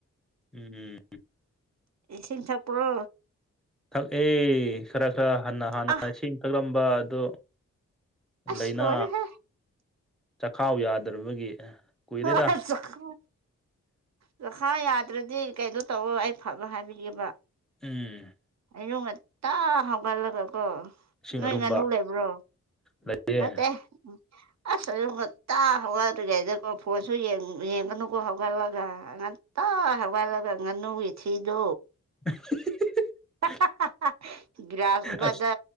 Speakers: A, in the centre; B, on the right.
A: ꯎꯝ
B: ꯏꯁꯤꯡ ꯊꯛꯄ꯭ꯔꯣ
A: ꯊꯛ ꯑꯦ ꯈꯔ ꯈꯔ ꯍꯟꯅ ꯍꯥꯟꯅ
B: ꯑꯥ
A: ꯏꯁꯤꯡ ꯊꯛꯂꯝꯕ ꯑꯗꯨ
B: ꯑꯁ
A: ꯂꯩꯅꯥ
B: ꯂꯣꯏꯔꯦꯍꯦ
A: ꯆꯥꯈꯥꯎ ꯌꯥꯗ꯭ꯔꯕꯒꯤ ꯀꯨꯏꯔꯦꯗ
B: <unintelligible> ꯆꯈꯥꯎ ꯆꯈꯥꯎ ꯌꯥꯗ꯭ꯔꯗꯤ ꯀꯩꯅꯣ ꯇꯧꯋꯣ ꯑꯩ ꯐꯕ ꯍꯥꯏꯕꯤꯒꯦꯕ
A: ꯎꯝ
B: ꯑꯌꯨꯛ ꯉꯟꯇꯥ ꯍꯥꯎꯒꯠꯂꯒ ꯀꯣ
A: ꯏꯁꯤꯡ
B: ꯅꯣꯏ
A: ꯑꯔꯨꯝꯕ
B: ꯉꯥꯅꯨ ꯂꯩꯕ꯭ꯔꯣ
A: ꯂꯩꯌꯦ
B: ꯅꯠꯇꯦ ꯑꯁ ꯑꯌꯨꯛ ꯉꯟꯇꯥ ꯍꯧꯒꯠꯇ꯭ꯔꯤꯉꯩꯗꯀꯣ ꯐꯣꯟꯁꯨ ꯌꯦꯡ ꯌꯦꯡꯒꯅꯨꯀꯣ ꯍꯧꯒꯠꯂꯒ ꯉꯟ ꯇꯥ ꯍꯧꯒꯠꯂꯒ ꯉꯥꯅꯨꯒꯤ ꯊꯤꯗꯣ
A: <unintelligible>
B: ꯍꯥꯍꯥꯍꯥ ꯒꯤꯔꯥꯁ ꯑꯃꯗ
A: ꯑꯁ